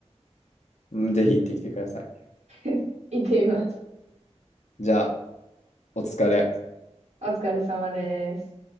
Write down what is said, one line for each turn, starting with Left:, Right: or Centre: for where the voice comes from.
Left: うんぜひ行ってきてください。
Right: う。<laughs> 行ってみます。
Left: じゃあ、お疲れ。
Right: お疲れ様です。